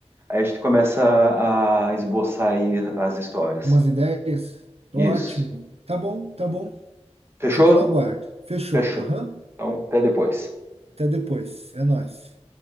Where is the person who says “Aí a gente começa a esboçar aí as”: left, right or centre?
Right